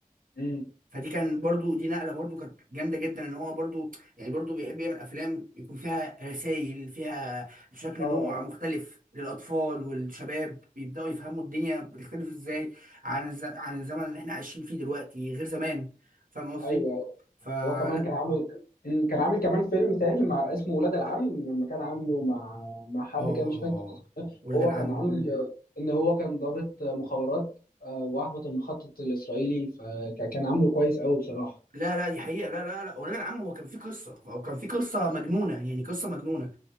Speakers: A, on the left; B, on the right.
A: أمم.
B: فدي كان برضو دي نقله برضو كانت جامده جدا ان هو برضو يعني برضو بيحب يعمل افلام يكون فيها رسائل فيها شكل
A: اه آه.
B: نوع مختلف للاطفال والشباب بيبداوا يفهموا الدنيا بتختلف ازاي عن الز... عن الزمن اللي احنا عايشين فيه دلوقتي غير زمان فاهم قصدي
A: ايوه أيوة.
B: فلا
A: هو كمان كان عامل أمم، كان عامل كمان فيلم تاني مع اسمه ولاد العم لما كان عامله مع مع حد
B: اه
A: كده مش فاكر
B: ولاد
A: هو
B: العم
A: كان عامل ان هو كان ضابط مخابرات آه، واحبط المخطط الاسرائيلي فكان عامله كويس قوي بصراحه
B: لا لا دي حقيقة لا لا لا ولاد العم هو كان في قصة هو كان في قصة مجنونة يعني قصة مجنونة